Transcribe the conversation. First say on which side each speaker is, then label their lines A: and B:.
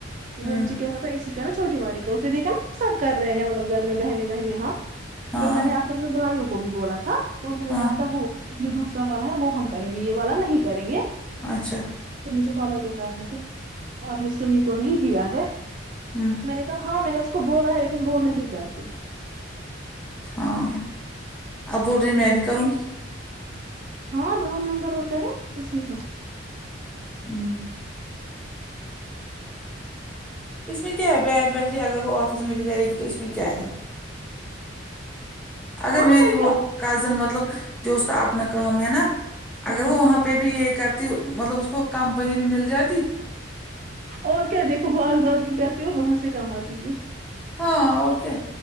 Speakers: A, on the right; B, in the centre.
A: کہ وہ
B: ہوں
A: مجھے کہہ رہ تھا اسی نا چھوٹی والی کا اس نے دیکھا نا سب کرے ہیں مطلب گھر میں ببہنیں وہنئیں ہاں
B: ہاں
A: پھر میں نے اصل میں بھائیوں کو بھی بولا تھا تو انہوں نے
B: ہاں
A: کہا تھا وہ یہ دوسر والا ہے وہ ہم کریں گے یہ والا نہیں کریں گے
B: اچھا
A: اور مجھے پابا کہہ رہا تھا کہ آپ نے سومی کو نہیں دیا ہے
B: وں
A: میں نے کہا ہاں میں نے اس کو بولا ہے لیکن وہ نہیں کرتی
B: ہاں اب بول رہی میں بھی
A: ہے
B: کروں گی
A: ہاں دو نمبر ہو کرے اس میں کیا
B: ہوں اس میں کیا ہے بیٹ ویٹ کے اگر وہ آفس میں بھی کرے گی تو اس میں کیا ہے اگر
A: ہاں
B: میری
A: اور
B: وہ
A: کیا
B: کزن مطلب جو اس کا اپنا کام ہے نا
A: ہاں
B: اگر وہ
A: ہاں
B: وہاں پہ بھی یہ کرتی مطلب اس کو کمپنی بھی مل جاتی
A: اور کیا دیکھو بات بات بھی کرتی اور وہاں سے کماتی بھی
B: ہاں اور کیا